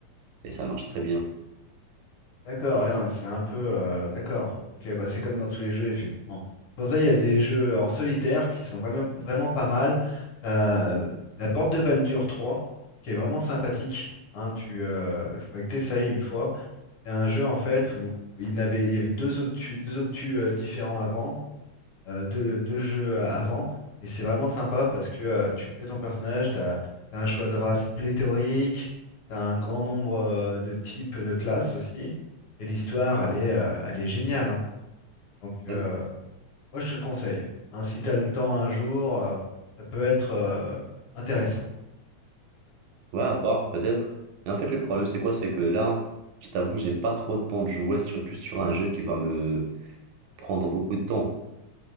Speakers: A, on the right; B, on the left.
A: et ça marche très bien.
B: D'accord, ouais, non, mais c'est un peu. euh, d'accord. Ok, bah c'est comme dans tous les jeux, effectivement. C'est pour ça qu'il y a des jeux en solitaire qui sont vraiment, vraiment pas mal. T'as euh, la porte de Baldur 3, qui est vraiment sympathique. Hein, tu, euh, faudrait que t'essayes une fois. C'est un jeu, en fait, où il y en avait, il y avait deux obtus, deux obtus euh, différents avant euh, deux, deux jeux euh, avant. Et c'est vraiment sympa parce que euh, tu crées ton personnage, tu as, un choix de race pléthorique, tu as un grand nombre euh, de types de classes aussi. Et l'histoire, elle est, euh, elle est géniale. hein. Donc, euh,
A: D'accord.
B: moi, je te le conseille. hein. si tu as le temps un jour, euh, ça peut être euh, intéressant.
A: Ouais, à voir, peut-être. Mais en fait, le problème, c'est quoi? C'est que là, je t'avoue, j'ai pas trop le temps de jouer, surtout sur un jeu qui va me prendre beaucoup de temps.